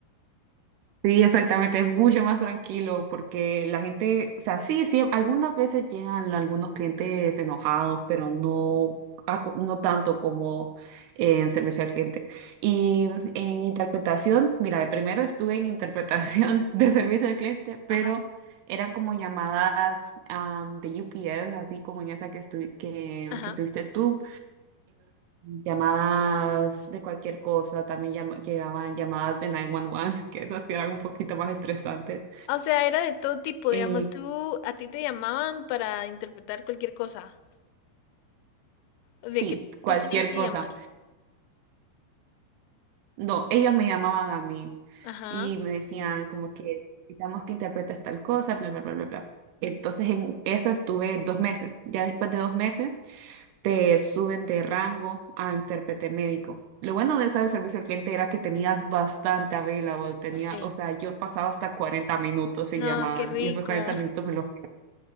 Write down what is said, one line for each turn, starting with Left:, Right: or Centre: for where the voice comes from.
Right: Sí, exactamente, es mucho más tranquilo porque la gente, o sea, sí, sí, algunas veces llegan algunos clientes enojados, pero no, acu- no tanto como en servicio al cliente. Y en interpretación, mira, primero estuve en interpretación <laughs> de servicio al cliente, pero
Left: Ajá,
Right: eran como llamadas am, de UPS, así como en esa que, estu- que,
Left: ajá.
Right: que estuviste tú llamadas de cualquier cosa, también llam- llegaban llamadas de 911, <laughs> que eso sí era un poquito más estresante.
Left: O sea, era de todo tipo,
Right: Eh,
Left: digamos, tú, a ti te llamaban para interpretar cualquier cosa, de
Right: sí,
Left: que
Right: cualquier
Left: tú tenías que
Right: cosa.
Left: llamar.
Right: No, ellos me llamaban a mí
Left: Ajá,
Right: y me decían como que necesitamos que interpretes tal cosa, bla, bla, bla, bla, bla. Entonces en esa estuve dos meses. Ya después de dos meses te suben de rango a intérprete médico. Lo bueno de esa de servicio al cliente era que tenías bastante available, tenía,
Left: sí.
Right: o sea, yo pasaba hasta 40 minutos sin
Left: No,
Right: llamada
Left: qué rico.
Right: y esos 40 minutos me los...